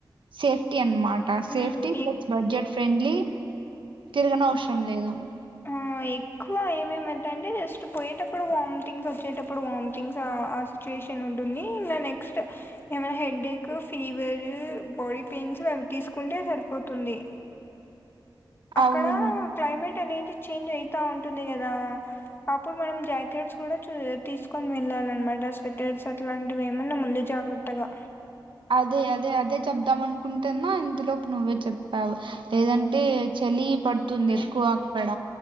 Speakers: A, on the right; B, on the left.
A: సేఫ్టీ అన్మట్
B: హ్మ్
A: సేఫ్టీ
B: ఎ
A: బడ్జెట్ ఫ్రెండ్లీ తిరగని అవసరం లేదు
B: ఆ ఎక్కువ ఏమేమివు అంటే జస్ట్ పోయేటప్పుడు వామిటింగ్స్ వచ్చేటప్పుడు వామిటింగ్స్ ఆ సిచ్యుయేషన్ ఉంటుంది ఇంగ నెక్స్ట్ ఏమైనా హెడ్ఏక్ ఫీవర్ బాడీ పెయిన్స్ అవి తీసుకుంటే సరిపోతుంది అక్కడ
A: అవును
B: క్లైేమేట్ నీ చేంజ్ అయితా ఉంటుంది కదా అప్పుడు మనం జాకెట్స్ కూడా చూ తీసుకొని వెళ్ళాలన్నమాట స్వెటర్స్ అట్లాంటివి ఏమన్నా ముందు జాగ్రత్తగా
A: అదే అదే అదే చెప్దాం అనుకుంటేన్నా ఇంతలోపు నువ్వే చెప్పావు లేదంటే చలి పడుతుంది ఎక్కువ అక్కడ